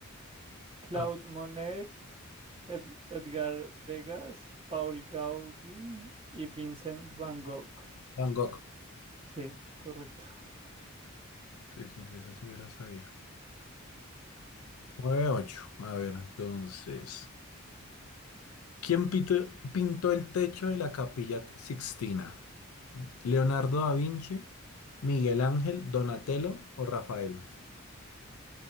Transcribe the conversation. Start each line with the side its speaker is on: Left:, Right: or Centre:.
Right: Claude
Left: Ah,
Right: Monet, Ed- Edgar Degas, Paul Gauguin y Vincent Van Gogh.
Left: Van Gogh.
Right: Sí, correcto.
Left: Sí, sí, sí, esa sí me la sabía. Nueve ocho. A ver, entonces. ¿Quién pito- pintó el techo de la Capilla Sixtina? ¿Leonardo da Vinci, Miguel Ángel, Donatello o Rafael?